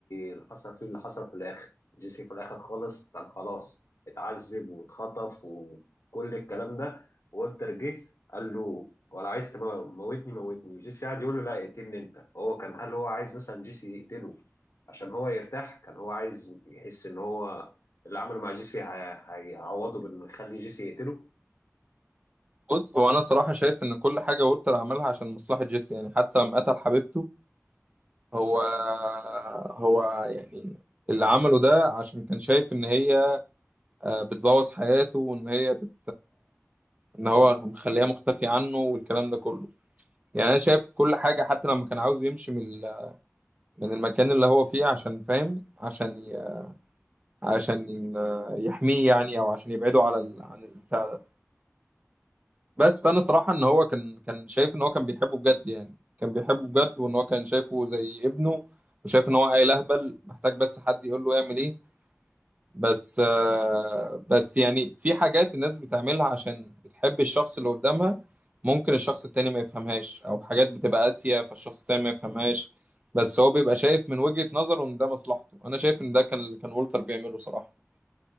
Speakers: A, on the left; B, on the right.
A: اللي حصل فيه اللي حصل في الاخر جيسي في الاخر خالص كان خلاص اتعذب واتخطف وكل الكلام ده والتر جه قال له ولا عايز تموتني موتني جيسي قاعد يقول له لا اقتلني انت هو كان هل هو عايز مثلا جيسي يقتله عشان هو يرتاح كان هو عايز يحس ان هو اللي عمله مع جيسي هي- هيعوضه بانه يخلي جيسي يقتله
B: بص هو انا صراحة شايف ان كل حاجة وولتر عملها عشان مصلحة جيسي يعني حتى لما قتل حبيبته هو هو يعني اللي عمله ده عشان كان شايف ان هي آه، بتبوظ حياته وان هي بت... ان هو مخليها مختفي عنه والكلام ده كله يعني انا شايف كل حاجه حتى لما كان عاوز يمشي من ال- من المكان اللي هو فيه عشان فاهم عشان ي... عشان آه، يحميه يعني او عشان يبعده على ال... عن البتاع ده بس فانا صراحه ان هو كان كان شايف ان هو كان بيحبه بجد يعني كان بيحبه بجد وان هو كان شايفه زي ابنه وشايف ان هو عيل اهبل محتاج بس حد يقول له يعمل ايه بس آه، بس يعني في حاجات الناس بتعملها عشان بتحب الشخص اللي قدامها ممكن الشخص التاني ما يفهمهاش او حاجات بتبقى قاسية فالشخص التاني ما يفهمهاش بس هو بيبقى شايف من وجهة نظره ان ده مصلحته انا شايف ان ده كان اللي كان وولتر بيعمله صراحة